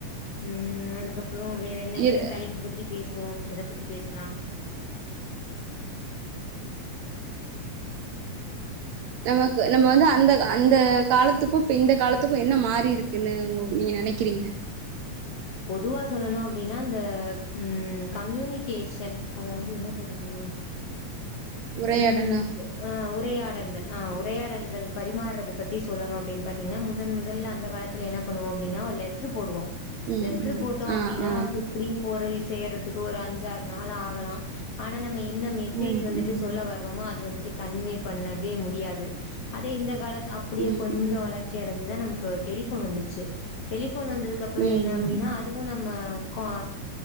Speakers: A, on the left; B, on the right.
A: ம் அதுக்கப் புறோ வேறென்ன
B: இரு
A: என்ன தலைப்ப பத்தி பேச றோ எத பத்தி பேசலாம்
B: நமக்கு நம்ம வந்து அந்த அந்த காலத்துக்கு இப்ப இந்த காலத்துக்கு என்ன மாரி இருக்குன்னு உங்க நீங்க நெனைக்கிறிங்க
A: பொதுவா சொல்லணு அப்டின்னா இந்த ம் கம்யூனிகேஷன் அதாவது என்ன சொல்றது
B: உரையாடலா
A: ம் ஆ உரையாடல்கள் ஆ உரையாடல்கள் பரிமாறுறது பத்தி சொல்லணு அப்டின்னு பாத்திங்கனா முதன் முதல்ல அந்த காலத்துல என்ன பண்ணுவோ அப்டின்னா ஒரு லெட்ரு போடுவோ
B: ம்
A: லெட்டர்
B: ம்
A: போட்டோ அப்டின்னா
B: ஆ ஆ
A: அது எப்படியு போய் சேர்றதுக்கு ஒரு அஞ்சாறு நாள் ஆகலா ஆனா நம்ம என்ன மெசேஜ்
B: ம்
A: வந்துட்டு
B: ம்
A: சொல்ல வர்றோமோ அது வந்துட்டு கன்வே பண்ணவே முடியாது அதே இந்த காலத்து அப்படியே
B: ம்
A: கொஞ்சம்
B: ம்
A: வளர்ச்சி அடைஞ்சுதான் நமக்கு டெலிபோன் வந்துச்சு டெலிபோன் வந்தது க்கு அப்புறம்
B: ம்
A: என்ன அப்பின்னா
B: ம்
A: அதுவும் நம்ம கு